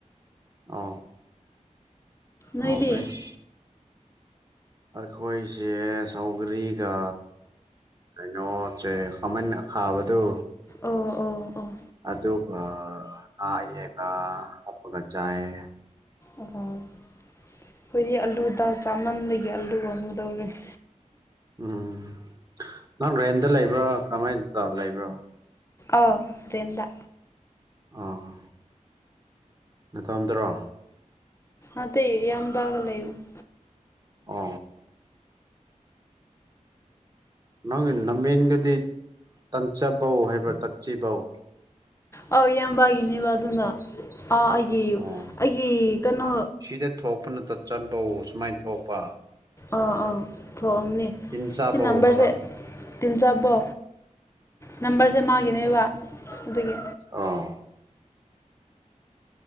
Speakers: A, on the right; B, on the left.
A: ꯑ
B: ꯅꯣꯏꯗꯤ
A: ꯍꯥꯎꯕꯅꯦ ꯑꯩꯈꯣꯏꯁꯦ ꯁꯧꯒꯔꯤꯒ ꯀꯩꯅꯣꯁꯦ ꯈꯥꯃꯦꯟ ꯑꯈꯥꯕꯗꯣ
B: ꯑꯣ ꯑꯣ ꯑꯣ
A: ꯑꯗꯨ ꯑ ꯉꯥ ꯑꯌꯥꯏꯕ ꯍꯞꯄꯒ ꯆꯥꯌꯦ
B: ꯑ ꯑꯩꯈꯣꯏꯗꯤ ꯑꯂꯨꯗꯥ ꯆꯥꯃꯟꯕꯥꯒꯤ ꯑꯥꯂꯨ ꯑꯃꯗꯧꯔꯦ ꯗ
A: ꯎꯝ ꯅꯪ ꯔ꯭ꯔꯦꯟꯗ ꯂꯩꯕ꯭ꯔꯥ ꯀꯃꯥꯏꯅ ꯇ ꯂꯩꯕ꯭ꯔꯣ
B: ꯑꯥꯎ ꯔꯦꯟꯠ ꯇꯥ
A: ꯑꯥ ꯅꯠꯇꯣꯝꯗꯔꯣ
B: ꯑꯇꯩ ꯌꯥꯝ ꯒ ꯂꯩꯕ
A: ꯑ ꯅꯪ ꯅꯃꯤꯡꯗꯗꯤ ꯇꯟꯆꯕꯧ ꯍꯥꯏꯕ꯭ꯔꯥ ꯇꯠꯆꯕꯧ
B: ꯑꯧ ꯏꯌꯥꯝꯕꯒꯤꯅꯦꯕ ꯑꯗꯨꯅ ꯑꯥ ꯑꯩꯒꯤ
A: ꯑꯣ
B: ꯑꯩꯒꯤ ꯀꯩꯅꯣ
A: ꯁꯤꯗ ꯊꯣꯛꯄꯅ ꯇꯥꯠꯆꯥꯕꯧ ꯁꯨꯃꯥꯏꯅꯥ ꯊꯣꯛꯄ
B: ꯑꯥ ꯑꯥ ꯄꯨꯊꯣꯛꯑꯝꯅꯦ
A: ꯇꯤꯟ ꯆꯥꯕꯧ
B: ꯁꯤ ꯅꯝꯕꯔꯁꯦ
A: ꯍꯥꯏꯕ
B: ꯇꯤꯟꯖꯥꯕꯣ ꯅꯝꯕꯔꯁꯦ ꯃꯥꯒꯤꯅꯦꯕ ꯑꯗꯨꯒꯤ
A: ꯑꯣ꯫